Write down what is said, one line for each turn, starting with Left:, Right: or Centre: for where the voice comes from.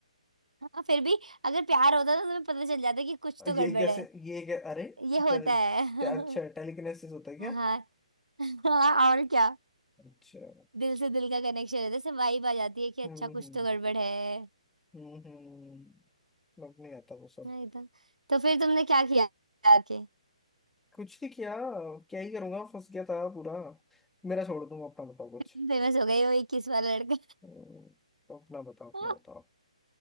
Right: हाँ फिर भी अगर प्यार होता तो तुम्हें पता चल जाता कि कुछ तो गड़बड़
Centre: ये कैसे
Right: है
Centre: ये क्या अरे
Right: ये होता
Centre: टेल,
Right: है <laughs>
Centre: टे, अच्छा टेलीकिनेसिस होता है क्या
Right: हाँ हाँ और क्या
Centre: अच्छा
Right: दिल से दिल का कनेक्शन रहता है से वाइब आ जाती है कि अच्छा
Centre: हम्म
Right: कुछ
Centre: हम्म
Right: तो गड़बड़ है
Centre: हम्म हम्म, लग नहीं आता वो सब
Right: नहीं तो तो फिर तुमने क्या किया आके
Centre: कुछ नहीं किया क्या ही करूंगा फंस गया था पूरा मेरा छोड़ दूंगा अपना बताओ कुछ
Right: फेमस हो गई वो 21 वाला लड़का
Centre: हम्म, अपना बताओ अपना
Right: <laughs>
Centre: बताओ